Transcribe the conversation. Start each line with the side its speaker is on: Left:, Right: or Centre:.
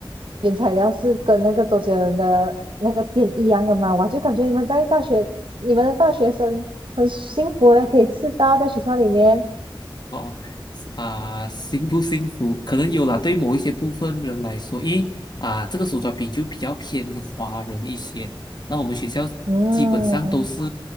Right: 原材料是跟那个周杰伦的那个店一样的嘛，我就感觉你们在大学，你们的大学生很幸福诶，可以吃到在学校里面。
Left: 哦，啊、幸不幸福？可能有啦，对某一些部分人来说，因为啊、这个手抓饼就比较偏华人一些。那我们学校基本上都是
Right: 嗯